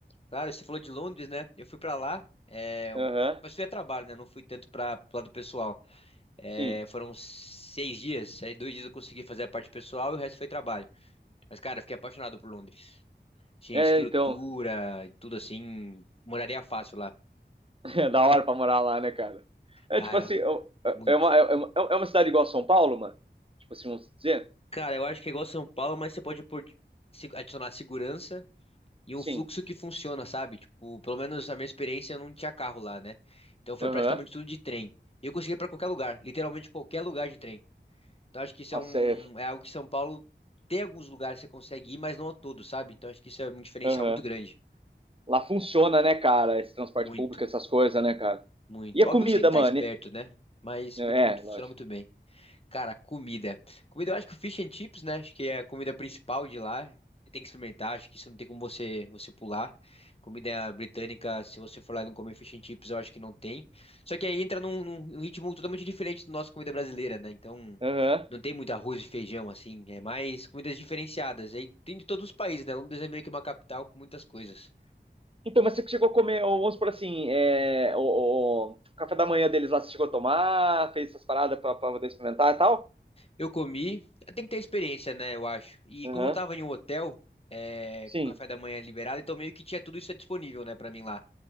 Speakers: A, on the left; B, on the right.
A: Claro, você falou de Londres, né? Eu fui pra lá, é...
B: Aham,
A: mas fui a trabalho, né? Não fui tanto pra, pro lado pessoal. É,
B: sim.
A: Foram seis dias, aí dois dias eu consegui fazer a parte pessoal e o resto foi trabalho. Mas, cara, eu fiquei apaixonado por Londres. Tinha
B: É,
A: estrutura
B: então,
A: e tudo assim. Moraria fácil lá.
B: <laughs> é da hora pra morar lá, né, cara? É
A: Ah,
B: tipo assim,
A: é,
B: é
A: muito.
B: é uma, é uma, é uma cidade igual a São Paulo, mano? Tipo assim, vamos dizer?
A: Cara, eu acho que é igual São Paulo, mas você pode pôr- se- adicionar segurança e
B: Sim.
A: um fluxo que funciona, sabe? Tipo, pelo menos a minha experiência, eu não tinha carro lá, né? Então foi
B: Aham.
A: praticamente tudo de trem. E eu consegui ir pra qualquer lugar, literalmente qualquer lugar de trem. Então acho que isso
B: Nossa,
A: é um,
B: é-
A: é algo que São Paulo tem alguns lugares que você consegue ir, mas não a todos, sabe? Então acho que isso é um diferencial
B: aham.
A: muito grande.
B: Lá funciona, né, cara? Esse transporte
A: Muito.
B: público, essas coisas, né, cara?
A: Muito.
B: E a
A: Óbvio
B: comida,
A: que você tem que estar
B: mano?
A: esperto,
B: E-
A: né? Mas
B: É,
A: muito, muito, funciona
B: lógico.
A: muito bem. Cara, comida. Comida, eu acho que o fish and chips, né? Acho que é a comida principal de lá. Você tem que experimentar, acho que isso não tem como você você pular. Comida britânica, se você for lá e não comer fish and chips, eu acho que não tem. Só que aí entra num, num- num ritmo totalmente diferente do nosso comida brasileira, né? Então,
B: Aham.
A: não tem muito arroz e feijão, assim. É mais comidas diferenciadas. Aí tem de todos os países, né? Londres é meio que uma capital com muitas coisas.
B: Então, mas você chegou a comer, ou vamos por assim, é, o, o café da manhã deles lá, você chegou a tomar, fez essas paradas pra, pra poder experimentar e tal?
A: Eu comi, tem que ter experiência, né, eu acho. E
B: Aham.
A: como eu tava em um hotel, é,
B: Sim,
A: com café da manhã liberado, então meio que tinha tudo isso disponível, né, pra mim lá.